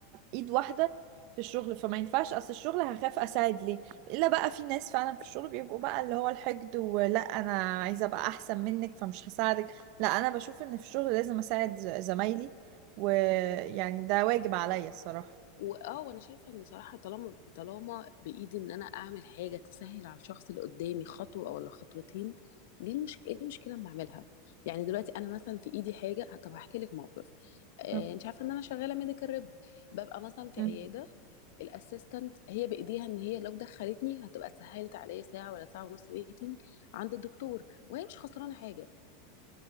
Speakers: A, on the right; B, on the left.
A: ايد واحده في الشغل فما ينفعش اصل الشغل هخاف اساعد ليه الا بقى في ناس فعلا في الشغل بيبقوا بقى اللي هو الحقد ولا انا عايزه ابقى احسن منك فمش هساعدك لا انا بشوف ان في الشغل لازم اساعد ز- زمايلي ويعني ده واجب عليا الصراحه
B: واه وانا شايفه ان صراحه طالما طالما بايدي ان انا اعمل حاجه تسهل على الشخص اللي قدامي خطوه ولا خطوتين ليه المش... ايه المشكله اما اعملها يعني دلوقتي انا مثلا في ايدي حاجه آه، طب هحكي لك موقف آه
A: آه،
B: انت عارفه ان انا شغاله ميديكال ريب ببقى مثلا في
A: مم.
B: عياده الاسيستنت هي بايديها ان هي لو دخلتني هتبقى سهلت عليا ساعه ولا ساعه ونص ويتنج عند الدكتور وهي مش خسرانه حاجه